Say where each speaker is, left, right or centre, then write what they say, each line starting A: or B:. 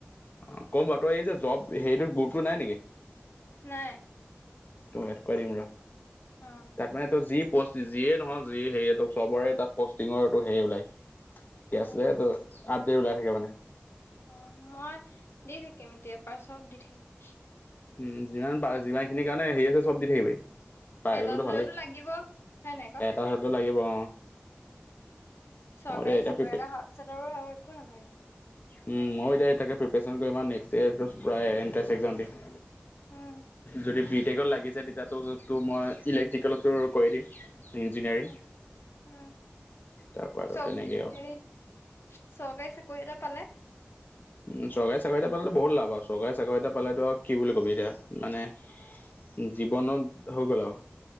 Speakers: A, on the left; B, on the left.
A: অঁ' ক'ম বাৰু, তই এই যে জব হেৰিটো গ্ৰুপটো নাই নেকি?
B: নাই।
A: তোক এড কৰাই দিম ৰ।
B: অ'।
A: তাত মানে তোৰ যি প'ষ্ট যিয়ে নহওঁক যি হেৰিটো চবৰে তাত পষ্টিংৰটো হেৰি ওলায়। কি
B: অ
A: আছিলে তোৰ আপডেট ওলাই থাকে মানে।
B: অঁ' মই দি থাকিম এতিয়াৰ পৰাৰ চ'ব দি থাকিম।
A: উম, যিমান পাৰ, যিমান খিনি কাৰণে হেৰি আছে চব দি থাকিবি। পাই
B: এটাত
A: গ'লেতো
B: হ'লেওতো
A: ভালেই
B: লাগিব হয় নাই ক।
A: এটা হ'লেতো লাগিব অ
B: চৰকাৰী
A: মই এতিয়া এতিয়া
B: চাকৰি
A: প্ৰিপে
B: এটা হোৱাৰ পিছত আৰু, আৰু একো নালাগে।
A: উম, মই এতিয়া তাকে প্ৰিপেশ্যন কৰিম আৰু নেক্সট ইয়েৰটোত প্ৰায় এটেন্ঞ্চ এক্সাম দিম।
B: উম
A: যদি বি টেকত লাগি যায় তেতিয়াটো তোৰ মই ইলেক্ট্ৰিকেলতো কৰি দিম। ইঞ্জিনিয়াৰিং
B: উম উম
A: তাৰপৰা আৰু
B: চব
A: তেনেকেই আৰু।
B: হেৰি চৰকাৰী চাকৰি এটা পালে
A: উমঁ' চৰকাৰী চাকৰি এটা পালেতো বহুত লাভ আৰু চৰকাৰী চাকৰি এটা পালেতো আৰু কি বুলি কবি এতিয়া মানে- জীৱনত হৈ গ'ল আও।